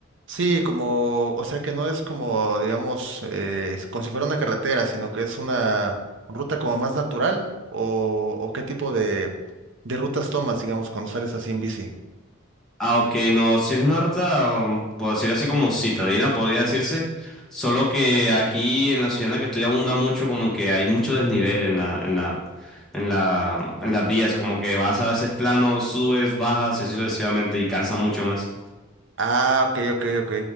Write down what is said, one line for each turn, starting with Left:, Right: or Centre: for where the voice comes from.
Right: Sí, como, o sea que no es como, digamos, eh, es como si fuera una carretera, sino que es una ruta como más natural o, o qué tipo de, de rutas tomas, digamos, cuando sales así en bici.
Centre: Ah, ok, no, si es una ruta, um, puedo decir así como citadina, podría decirse. Solo que aquí en la ciudad en la que estoy abunda mucho, como que hay mucho desnivel en la, en la, en la, en las vías, como que vas a veces plano, subes, bajas y así sucesivamente y cansa mucho más.
Right: Ah, ok, ok, ok.